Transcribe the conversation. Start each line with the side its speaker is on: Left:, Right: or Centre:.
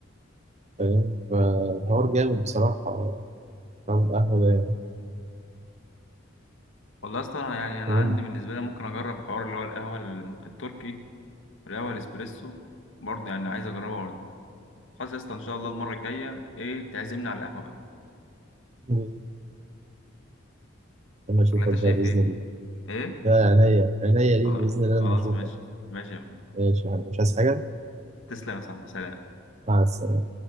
Right: فاهم فالحوار جامد بصراحة فاهم القهوة ده يعني
Left: والله أصلا أنا يعني أنا
Right: وإنت-
Left: عندي بالنسبة لي ممكن أجرب الحوار اللي هو القهوة ال- التركي والقهوة الإسبريسو برضه يعني عايز أجربها برضه خلاص يا اسطى إن شاء الله المرة الجاية إيه تعزمني على القهوة بقى
Right: مم. لما أشوفك
Left: ولا أنت
Right: بقى
Left: شايف
Right: بإذن
Left: إيه؟
Right: الله
Left: إيه؟
Right: ده عينيا عينيا ليك
Left: خلاص
Right: بإذن
Left: خلاص
Right: الله لما أشوفك
Left: ماشي ماشي يا أخويا
Right: ماشي يا حبيبي. مش عايز حاجة
Left: تسلم يا صاحبي سلام
Right: مع السلامة